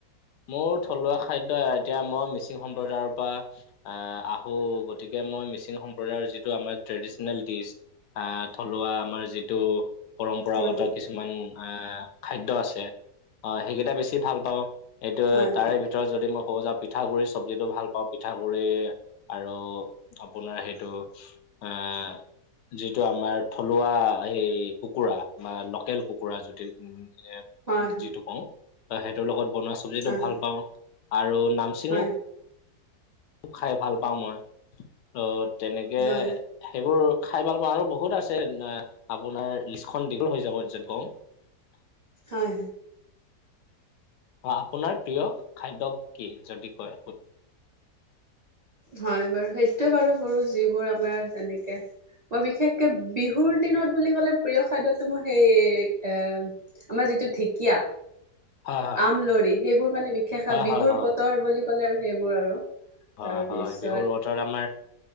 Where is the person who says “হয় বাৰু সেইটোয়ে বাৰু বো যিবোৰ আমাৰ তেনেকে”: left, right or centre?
Right